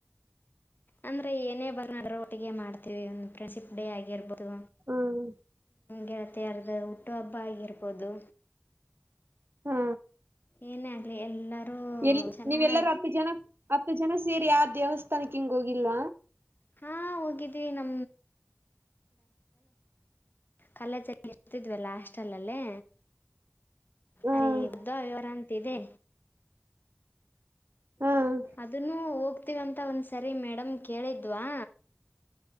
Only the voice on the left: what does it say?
ಅಂದ್ರೆ ಏನೇ ಬರನಾದ್ರೂ ಒಟ್ಟಿಗೆ ಮಾಡ್ತೀವಿ ಒಂದು ಪ್ರೆಂಶಿಪ್ಡೇ ಆಗಿರಬ. ದು
ಗೆಳತಿಯರದು ಹುಟ್ಟು ಹಬ್ಬ ಆಗಿರ್ಬೋದು.
ಏನೇ ಆಗಲಿ ಎಲ್ಲರೂ
ಚೆನ್ನಾಗಿ
ಹಾ ಹೋಗಿದ್ವಿ ನ. ಕಾಲ್ಲೆಜಗ ಇರ್ತಿದ್ವಲ್ಲ ಹಾಸ್ಟೆಲ್ ಅಲ್ಲೀ.
ಅಲ್ಲಿ ಉದ್ದ ವಿವರ ಅಂತ ಇದೆ.
ಅದನ್ನು ಹೋಗ್ತೀವಂತ ಒಂದ್ಸರಿ ಮೇಡಮ್ಮಿಗ್ ಕೇಳಿದ್ವಾ.